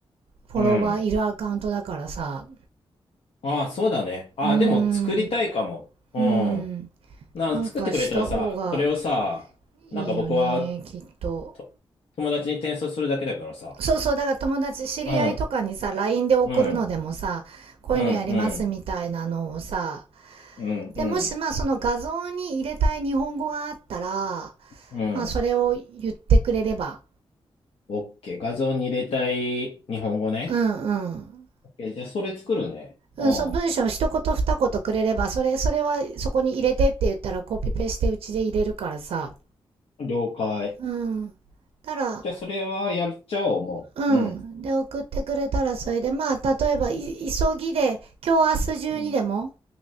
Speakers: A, on the right; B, on the left.
A: フォロワーいるアカウントだからさ。
B: うん、うん。ああ、そうだね。ああ、
A: うーん。
B: でも作りたいかも。うん。
A: うーん。
B: な、
A: なんかした方が
B: 作ってくれたらさ、それをさ、なんか僕は
A: いいよね、きっと。
B: と友達に転送するだけだからさ。
A: そうそう、だから友達、知り合いとかにさ、
B: うん、
A: LINE で送るのでもさ、
B: うん、
A: こういうのやりますみたいなのをさ、
B: うん、うん、うん、
A: で、
B: うん、
A: もしまあその画像に入れたい日本語があったら、
B: うん。
A: まあ、それを言ってくれれば、
B: オッケー。画像に入れたい日本語ね。
A: うんうん。
B: オッケー。じゃあ、それ作るね。
A: うん、
B: う
A: その文章を一言二言くれれば、それ、それはそこに入れてって言ったらコピペしてうちで入れるからさ。
B: ん。了解。
A: うん。だから、
B: じゃあ、それはやっちゃおう、もう。
A: うん。
B: うん。
A: で、送ってくれたらそれで、まあ、例えば、急ぎで、今日明日中にでも、
B: うん。